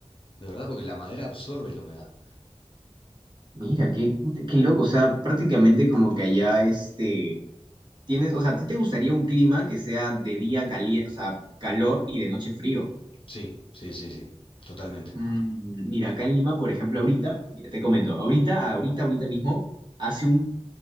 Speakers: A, on the left; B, on the right.
A: De verdad, porque la madera absorbe la humedad.
B: mira, qué, qué loco, o sea, prácticamente como que allá este, tienes, o sea, ¿a ti te gustaría un clima que sea de día caliente, o sea, calor y de noche frío?
A: Sí, sí, sí, sí, totalmente.
B: Mm, mira, acá en Lima, por ejemplo, ahorita, mira, te comento, ahorita, ahorita, ahorita mismo, hace un